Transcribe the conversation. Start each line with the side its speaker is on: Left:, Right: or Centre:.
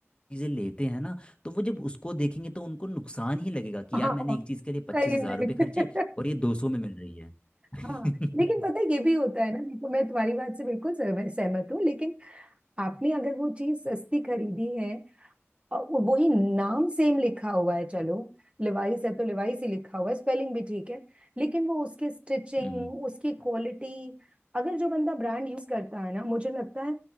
Left: चीज़ें लेते हैं ना तो वो जब उसको देखेंगे तो उनको नुकसान ही लगेगा
Right: <laughs>
Left: कि
Right: हाँ
Left: यार मैंने एक चीज़ के लिए पच्चीस
Right: सही
Left: हजार
Right: में
Left: रुपये
Right: <laughs>
Left: खर्चे और ये दो सौ में मिल रही है <laughs>
Right: हाँ लेकिन पता है ये भी होता है ना देखो मैं तुम्हारी बात से बिल्कुल सहमत सहमत हूँ लेकिन आपने अगर वो चीज सस्ती खरीदी है और वो- वही नाम सेम लिखा हुआ है चलो लिवाइस है तो लिवाइस ही लिखा हुआ है स्पेलिंग भी ठीक है लेकिन वो उसकी स्टिचिंग
Left: हम्म
Right: उसकी क्वालिटी अगर जो बंदा ब्रांड यूज करता है ना मुझे लगता है